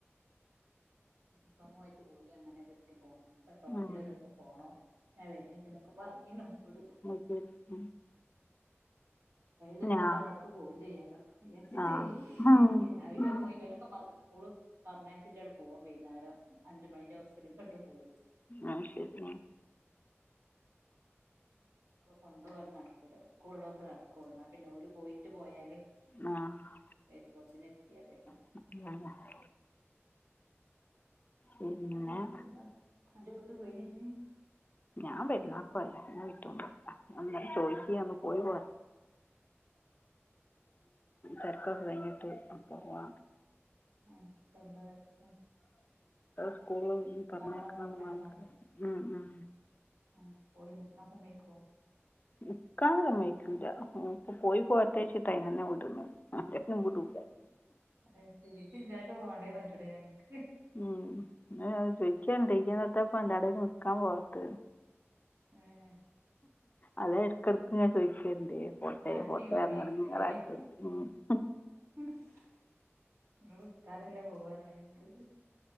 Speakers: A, on the right; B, on the left.
A: ഉം സമൂഹായിട്ട് പോയീ നെ വെട്ടി പോ ടോപ്പ്ലൊരൂവസം
B: ഉം ഉം
A: പോണം ഞാൻ വര്ണ് ണ്ട്ന്നൊക്കെ പർഞ്ഞീന് ഇന്നോട്
B: ഉം ഉം
A: തരു
B: ഞാ
A: പറ്ഞ്ഞാ ഓളോട്ക്ക് പോവും ചെയ്യാലൊ വിയാര്ച്ച്ട്ടേ
B: ആ ഉം
A: രാവിലെ
B: ഉം
A: പോയി ഇവലൊക്ക സ്കൂള പറഞ്ഞയ്ച്ചിട്ട് അങ്ങ്ട് പോവും വൈന്നേരം അഞ്ചു മണിന്റെ ബസിലാ ഇങ്ങ്ട്ടും പോരും
B: ആഹ് ശരി
A: കൊണ്ടാവല് നട്ക്കൂല സ്കൂൾളൊള്ളോസെ നടക്കൊള്ളു ഇന്നാ പിന്നെ ഓല് പോയിട്ട് പോയാല്
B: ആഹ്
A: വരുമ്പോത്തിന് എത്ത്യാതിയല്ലൊ
B: <unintelligible> പിന്നെ
A: വേറെന്ത അന്റ വീട്ടി പോയിനജ്
B: ഞാൻ പെര്ന്നാക്കോയത ഞാൻ വിട്ടോണ്ട ഇന്നലെ ചോയിക്കെ
A: ആഹ്
B: ഒന്ന് പോയി പോ തെരകൊക്ക കഴ്ഞ്ഞിട്ട് ക്ക് പോവാം
A: ആഹ് ഇപ്പെന്ത തെരക്ക്
B: സ്കൂൾല് ഇഞി പറഞ്ഞയ്ക്കണം
A: മോളെ പറഞ്ഞയക്കാൻല്ലേ
B: ഉം ഉം
A: ആഹ് പോയി. നിക്ക്ണ സമയത്ത് പോവും
B: നിക്കാൻ സമ്മയിക്കൂല്ല. ഇപ്പൊ പോയി പോരട്ടെ ചോയിച്ചിട്ട് അയിനന്നെ വിട്ണില്ല. അയിനന്നെ വീടുല്ല.
A: അയ്ശരി. ഇജ്ജില്ലാണ്ട് പോണ്ടേ വച്ച്ട്ടാ ഞങ്ങ്ക്ക്.
B: ഉം <unintelligible> ചോദിക്ക്യണ്ട് ഇയ്യെന്താ <unintelligible> നിക്കാൻ പോവാത്ത്.
A: ഏഹ്
B: അത് ഇടക്കിടക്ക് ഇങ്ങനെ ചോയിക്കണ്ട് പോട്ടെ
A: ആക്കി
B: പോട്ടെണ്ട്
A: കൊറേക്കുലേ
B: പറഞ്ഞ്ക്കാണ്ട്.
A: നിങ്ങള് വിട്ടാരല്ലെ പോവാനുള്ളെ ഞങ്ങ്ക്ക്.